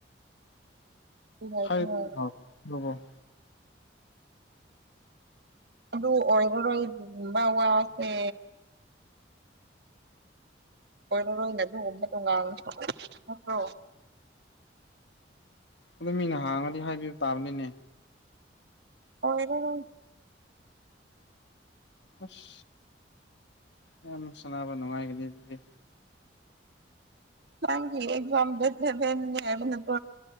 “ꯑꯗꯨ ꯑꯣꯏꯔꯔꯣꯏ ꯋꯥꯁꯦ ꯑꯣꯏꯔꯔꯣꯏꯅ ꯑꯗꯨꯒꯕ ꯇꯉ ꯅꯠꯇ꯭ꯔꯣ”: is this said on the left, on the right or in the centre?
Right